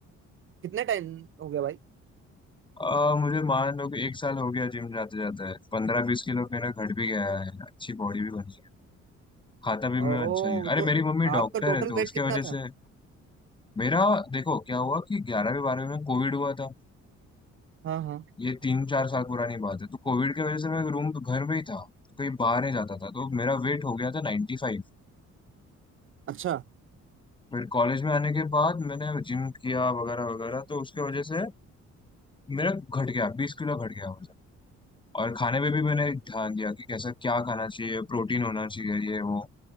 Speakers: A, on the right (about 45°); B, on the left (about 15°).
A: कितने टाइम हो गया भाई
B: हूँ आ, मुझे मान लो कि एक साल हो गया जिम जाते जाता है पंद्रह बीस किलो मेरा घट भी गया है अच्छी बॉडी भी बनी है खाता भी
A: ओ
B: मैं अच्छा ही अरे
A: तो
B: मेरी मम्मी डॉक्टर
A: आपका टोटल
B: है तो
A: वेट
B: उसके
A: कितना
B: वजह
A: था
B: से मेरा देखो क्या हुआ कि ग्यारहवीं बारहवीं में कोविड हुआ था
A: हाँ हाँ
B: ये तीन चार साल पुरानी बात है तो कोविड की वजह से मैं रूम घर में ही था कहीं बाहर नहीं जाता था तो मेरा वेट हो गया था 95 फाइव
A: अच्छा
B: फिर कॉलेज में आने के बाद मैंने जिम किया वगैरह वगैरह तो उसके वजह से मेरा घट गया बीस किलो घट गया वजन और खाने पे भी मैंने ध्यान दिया कि कैसा क्या खाना चाहिए प्रोटीन होना चाहिए ये वो